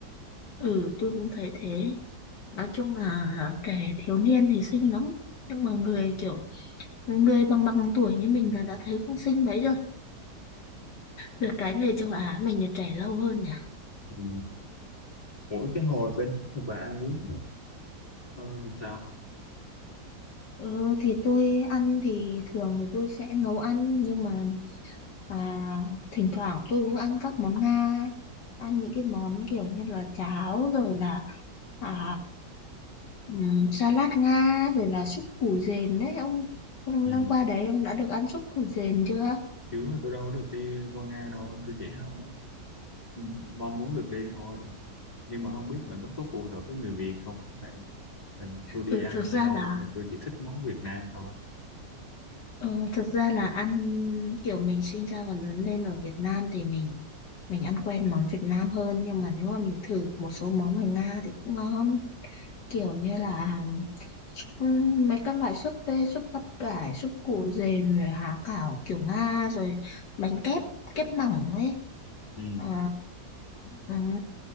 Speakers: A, on the left; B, on the left.
A: Ừ, tôi cũng thấy thế. Nói chung là trẻ thiếu niên thì xinh lắm. Nhưng mà người kiểu người bằng bằng tuổi như mình là đã thấy không xinh mấy rồi được cái người châu Á mình là trẻ lâu hơn nhỉ
B: ừ. Ủa cái hồi bên bà ăn uống ờ, ờ, làm sao
A: Ờ, thì tôi ăn thì thường thì tôi sẽ nấu ăn nhưng mà à, thỉnh thoảng tôi cũng ăn các món Nga ăn những cái món kiểu như là cháo rồi là à, ừm, salad Nga rồi là súp củ dền đấy ông ông
B: ừ.
A: đang qua đấy ông đã được ăn súp củ dền chưa
B: chứ là tôi đâu được đi qua Nga đâu tôi chỉ hả ừ, mong muốn được đi thôi nhưng mà không biết là nó có phù hợp với người Việt không vậy Nên là tôi đi
A: Ừ,
B: ăn
A: thực ra
B: đâu
A: là
B: á, thì tôi chỉ thích món Việt Nam thôi
A: Ờ, thực ra là ăn kiểu mình sinh ra và lớn lên ở Việt Nam thì mình mình ăn quen món Việt Nam hơn nhưng mà nếu mà mình thử một số món ở Nga thì cũng ngon kiểu như là ừm, mấy các loại súp bê súp bắp cải súp củ dền rồi há cảo kiểu Nga rồi bánh kép kép mỏng ấy
B: ừ.
A: Ờ, ừm,